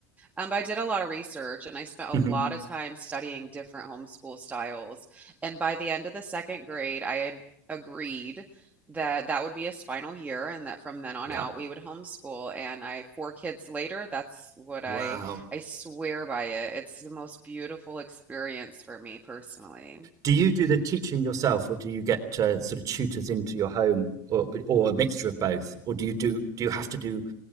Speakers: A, on the right (about 15°); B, on the right (about 40°).
A: Um, but I did a lot of research and I spent a
B: mhm,
A: lot of time studying different homeschool styles. And by the end of the second grade, I had agreed that that would be his final year and that from then on
B: yeah.
A: out we would homeschool. And I, four kids later, that's what I,
B: Wow.
A: I swear by it. It's the most beautiful experience for me personally.
B: Do you do the teaching yourself, or do you get uh, sort of tutors into your home, or or a mixture of both, or do you do do you have to do